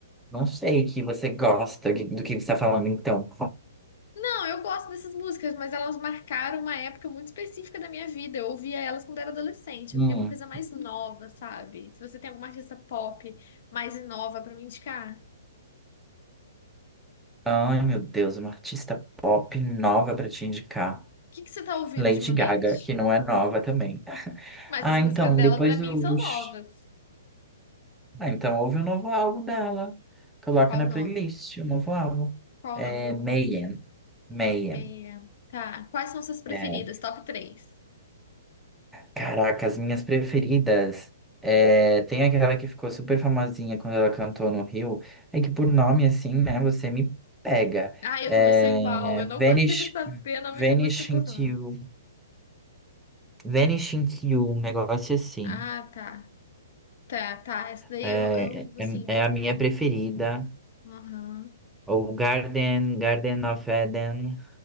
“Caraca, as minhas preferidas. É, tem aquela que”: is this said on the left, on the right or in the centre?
Centre